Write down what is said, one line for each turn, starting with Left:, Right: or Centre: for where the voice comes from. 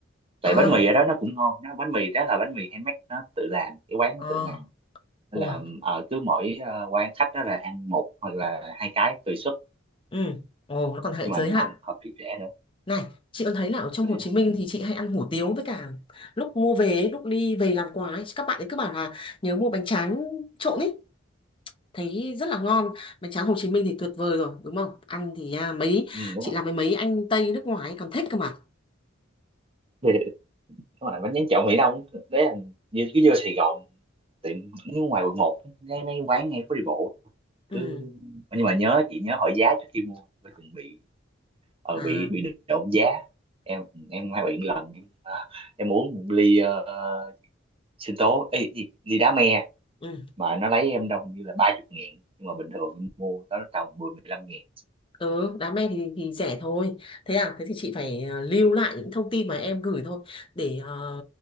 Right: tại
Left: À,
Right: bánh mì ở đó nó cũng ngon nó bánh mì đó là bánh mì handmade nó tự làm cái quán nó
Left: à,
Right: tự làm Nên
Left: ủa,
Right: là ở cứ mỗi ờ, quan khách đó là ăn một hoặc là hai cái tùy suất
Left: ừ, ồ, nó còn hệ
Right: nhưng
Left: giới
Right: mà ngon
Left: hạn.
Right: hợp với trẻ nữa
Left: Này, chị có thấy là ở trong
Right: Để,
Left: Hồ Chí Minh
Right: ừ,
Left: thì chị hay ăn hủ tiếu với cả lúc mua về, ấy, lúc đi về làm quà ấy, các bạn ấy cứ bảo là nhớ mua bánh tráng trộn ý. thấy rất là ngon bánh tráng Hồ Chí Minh thì tuyệt vời rồi đúng không ăn thì à, mấy
Right: ừ, đúng
Left: chị làm với mấy anh Tây nước ngoài ấy còn thích cơ mà
Right: rồi đúng rồi bánh tráng trộn Mỹ Đông đấy là như cứ vô Sài Gòn tiệm nếu ngoài quận một ngay mấy quán ngay phố đi bộ cứ
Left: ừ
Right: nhưng mà nhớ chị nhớ hỏi giá trước khi mua coi chừng bị ờ
Left: à
Right: bị bị trộm giá em em hay bị một lần em, à, em uống một ly uh, sinh tố ê, ly đá me
Left: ừ
Right: mà nó lấy em đâu hình như là ba chục ngàn nhưng mà bình thường em mua đó tầm mười mười lăm ngàn
Left: ừ đá me thì thì rẻ thôi thế à thế thì chị phải à, lưu lại những thông tin mà em gửi thôi để ờ,